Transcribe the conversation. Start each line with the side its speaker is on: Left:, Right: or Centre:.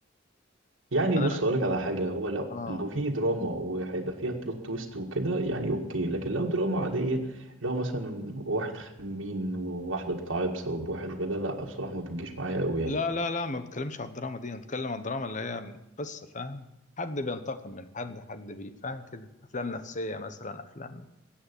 Right: يعني
Left: يعني
Right: بص
Left: انا
Right: اقول لك على حاجه هو لو
Left: اه
Right: لو في دراما وهيبقى فيها بلوت تويست وكده يعني اوكي لكن لو دراما عاديه لو مثلا واحد خمين وواحده بتعيط بسبب واحد وكده لا بصراحه ما بتجيش معايا قوي يعني
Left: لا لا لا ما بتكلمش على الدراما دي انا بتكلم على الدراما اللي هي قصه فاهم حد بينتقم من حد حد بي فاهم كده افلام نفسيه مثلا افلام